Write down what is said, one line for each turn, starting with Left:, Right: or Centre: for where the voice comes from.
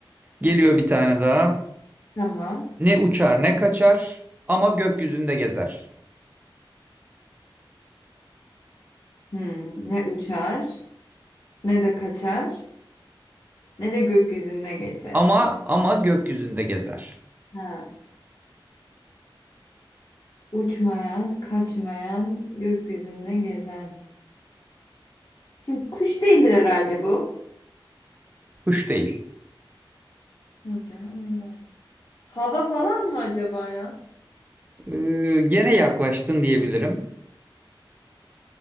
Right: Geliyor bir tane daha.
Left: Tamam.
Right: Ne uçar ne kaçar ama gökyüzünde gezer.
Left: Hmm, ne uçar, ne de kaçar. ne de gökyüzünde geçer.
Right: Ama ama gökyüzünde gezer.
Left: Ha, uçmayan, kaçmayan, gökyüzünde gezen. Şimdi kuş değildir herhalde bu.
Right: Kuş değil.
Left: Ne uçar? Ona gel. Hava falan mı acaba ya?
Right: Ee, gene yaklaştın diyebilirim.